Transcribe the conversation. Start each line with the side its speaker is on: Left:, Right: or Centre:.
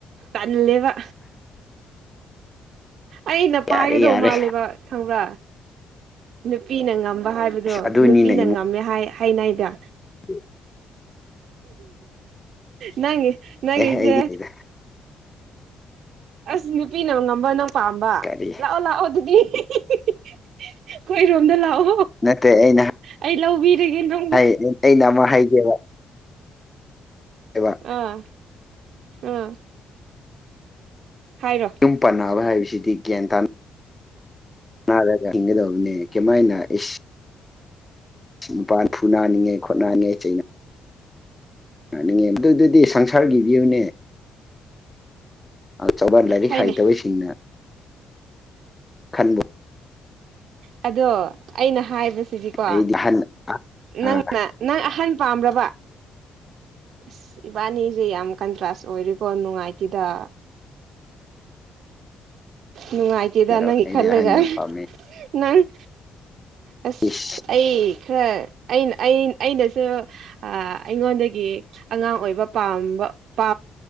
Right: ꯇꯜꯂꯦꯕ ꯑꯩꯅ
Left: ꯌꯥꯔꯦ
Right: ꯄꯥꯏꯒꯗꯧ
Left: ꯌꯥꯔꯦ
Right: ꯃꯥꯜꯂꯦꯕ ꯈꯪꯕ꯭ꯔꯥ ꯅꯨꯄꯤꯅ ꯉꯝꯕ ꯍꯥꯏꯕꯗꯣ
Left: ꯑꯁ ꯑꯗꯨꯅꯤꯅꯦ
Right: ꯅꯨꯄꯤꯅ ꯉꯝꯃꯦ ꯍꯥꯏ ꯍꯥꯏꯥꯏꯅꯥꯏꯗ
Left: ꯎꯝ
Right: ꯅꯪ ꯅꯪꯪꯁꯦ
Left: ꯑꯦ ꯑꯩꯗꯤꯗ
Right: ꯑꯁ ꯅꯨꯄꯤꯅ ꯉꯝꯕ ꯅꯪ ꯄꯥꯝꯕ
Left: ꯀꯔꯤ
Right: ꯂꯥꯛꯑꯣ ꯂꯥꯛꯑꯣ ꯑꯗꯨꯗꯤ ꯑꯩꯈꯣꯏꯔꯣꯝꯗ ꯂꯥꯛꯑꯣ
Left: ꯅꯠꯇꯦ ꯑꯩꯩꯅ
Right: ꯑꯩ ꯂꯕꯤꯔꯒꯦꯅꯣ
Left: ꯍꯥꯏ ꯑꯩꯅ ꯑꯃꯛ ꯍꯥꯏꯒꯦꯕ ꯑꯦꯕ
Right: ꯑꯥ ꯑꯥ ꯍꯥꯏꯔꯣ
Left: ꯌꯨꯝ ꯄꯅꯕ ꯍꯥꯏꯕꯁꯤꯗꯤ ꯭ꯌꯥꯟ ꯇꯥ ꯅꯥꯔꯒ ꯍꯤꯡꯒꯗꯧꯕꯅꯦ ꯀꯃꯥꯏꯅ ꯏꯁ ꯅꯨꯄꯜ ꯐꯨ ꯅꯥꯅꯤꯡꯉꯦ ꯈꯣꯠꯅꯅꯤꯡꯉꯦ ꯆꯩ ꯌꯥꯅꯤꯡꯉꯦ ꯑꯗꯨꯗꯨꯗꯤ ꯁꯪꯁꯥꯔꯒꯤꯕꯤꯌꯨꯅꯦ ꯑꯆꯧꯕ ꯂꯥꯏꯔꯤꯛ
Right: ꯍꯥꯏꯅꯦ
Left: ꯍꯩꯇꯕꯁꯤꯡꯅ ꯈꯟꯕ
Right: ꯑꯗꯣ ꯑꯩꯅ ꯍꯥꯏꯕꯁꯤꯗꯤꯀꯣ
Left: ꯑꯩꯗꯤ ꯑꯍꯟ ꯑꯥ
Right: ꯅꯪꯅ ꯅꯪ ꯑꯍꯟ ꯄꯥꯕ ꯑꯁ ꯏꯕꯥꯅꯤꯁꯦ ꯌꯥꯝ ꯀꯟꯇ꯭ꯔꯥꯁ ꯑꯣꯏ ꯀꯣ ꯅꯨꯡꯉꯥꯏꯇꯦꯗ ꯅꯨꯡꯉꯥꯏ ꯗ
Left: ꯍꯥꯏꯖꯔꯣ
Right: ꯅꯪ
Left: ꯑꯩꯗꯤ
Right: ꯈꯜꯂꯒ
Left: ꯑꯍꯟ ꯌꯥꯝ ꯄꯥꯝꯃꯦ
Right: ꯅꯪ ꯑꯁ
Left: ꯏꯁ
Right: ꯑꯩ ꯈꯔ ꯑꯩꯅ ꯑꯩꯅꯁꯨ ꯑꯩꯉꯣꯟꯗꯒꯤ ꯑꯉꯥꯡ ꯑꯣꯏꯕ ꯄꯥꯝꯕ ꯄꯥ